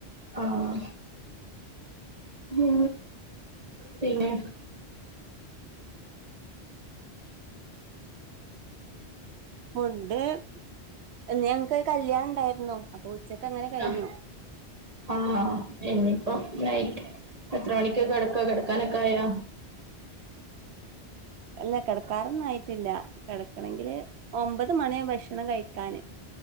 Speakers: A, on the right; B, on the right.
A: ആഹ്. മൂ പിന്നെ
B: ഫുഡ് ഇന്ന് ഞങ്ങക്കൊരു കല്യാണം ഇണ്ടായിരുന്നു അപ്പൊ ഉച്ചക്ക് അങ്ങനെ കഴിഞ്ഞു.
A: ആഹ് ആഹ് ഇനിയിപ്പം നൈറ്റ്. എത്ര മണിക്കാ കെടക്കാ കെടക്കാനൊക്കെ ആയാ.
B: അല്ല കെടക്കാറൊന്നും ആയിറ്റില്ല. കെടക്കണെങ്കില് ഒമ്പത് മണിയാവും ഭക്ഷണം കഴിക്കാന്.